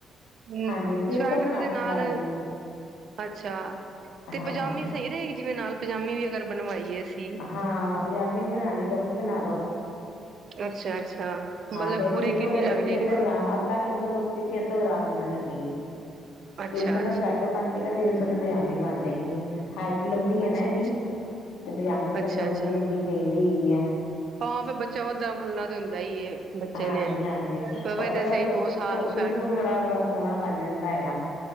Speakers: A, on the right (about 60°); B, on the left (about 85°).
A: ਹਮ
B: ਹਾਂਜੀ ਤਿੰਨ
A: ਸਵੈਟਰ
B: ਸੌ ਗ੍ਰਾਮ
A: ਦੇ ਨਾਲ
B: ਹੁਣ ਲੱਗ ਜਾਏਗੀ
A: ਅੱਛਾ ਤੇ
B: ਹਾਂ
A: ਪਜਾਮੀ ਸਹੀ ਰਹੇਗੀ ਜਿਵੇਂ ਨਾਲ ਪਜਾਮੀ ਵੀ ਅਗਰ ਬਣਵਾਈ ਸੀ
B: ਹਾਂ ਪਜਾਮੀ ਬਣਾਉਣੀ ਤਾਂ ਉਹ ਵੀ ਬਣਾ ਲੋ
A: ਅੱਛਾ-ਅੱਛਾ ਮਤਲਬ
B: ਫਿਰ ਛੇ
A: ਪੂਰੇ ਕਿੰਨੀ
B: ਸੌ
A: ਲੱਗ ਜਾਏਗੀ
B: ਛੇ ਸੌ ਗ੍ਰਾਮ ਅੱਧਾ ਕਿੱਲੋ ਤੋਂ ਉੱਤੇ ਛੇ ਸੌ ਗ੍ਰਾਮ ਹੋਣ ਲੱਗੇਗੀ
A: ਅੱਛਾ
B: ਤਿੰਨ ਸੌ
A: ਅੱਛਾ
B: ਦਾ ਸਵੈਟਰ ਬਣ ਜਾਗਾ ਤਿੰਨ ਸੌ ਪ ਪੰਜਾਮੀ ਬਣ ਹੈਗੀ ਹਾਈਟ ਲੰਬੀ ਹੈ
A: ਅੱਛਾ
B: ਨਾ ਇਹਦੀ
A: ਅੱਛਾ
B: ਤੇ ਪਜਾਮੀ
A: ਅੱਛਾ
B: ਸਰ ਲੰਬੀ
A: ਅੱਛਾ
B: ਲੰਬੀ ਚਾਹੀਦੀ ਹੈਗੀ ਆ
A: ਹਾਂ ਫਿਰ ਬੱਚਾ ਵੱਧਦਾ ਫੁੱਲਣਾ ਤੇ ਹੁੰਦਾ ਹੀ ਏ ਬੱਚੇ
B: ਹਾਂਜੀ-ਹਾਂਜੀ
A: ਨੇ ਪਵੇ
B: ਓਦ
A: ਤੇ
B: ਦਾ
A: ਸਹੀ
B: ਧੋ
A: ਦੋ ਸਾਲ
B: ਧੋਤੀ
A: ਸਵੈਟਰ
B: ਸੂਟ ਬੜਾ ਸੋਹਣਾ ਬਣ ਜਾਂਦਾ ਹੈਗਾ